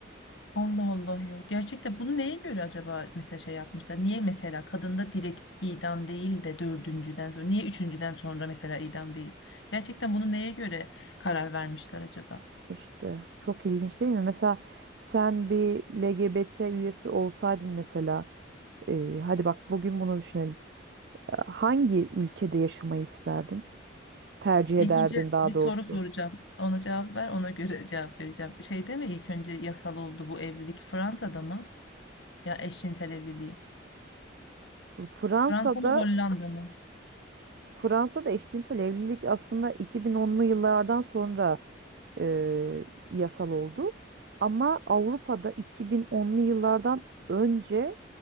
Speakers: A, on the left (about 80°); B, on the right (about 60°).
A: Allah Allah ya. Gerçekten bunu neye göre acaba mesela şey yapmışlar? Niye mesela kadında direkt idam değil de dördüncüden sonra, niye üçüncüden sonra mesela idam değil? Gerçekten bunu neye göre karar vermişler acaba?
B: İşte çok ilginç değil mi? Mesela sen bir LGBT üyesi olsaydın mesela e, hadi bak bugün bunu düşünelim. E, Hangi ülkede yaşamayı isterdin? Tercih
A: İlk
B: ederdin
A: önce
B: daha
A: bir
B: doğrusu.
A: soru soracağım. Ona cevap ver, ona göre <laughs> cevap vereceğim. Şeyde mi ilk önce yasal oldu bu evlilik Fransa'da mı? Ya eşcinsel evliliği.
B: Fransa'da
A: Fransa mı Hollanda mı?
B: Fransa'da eşcinsel evlilik aslında 2010'lu yıllardan sonra e, yasal oldu. Ama Avrupa'da 2010'lu yıllardan önce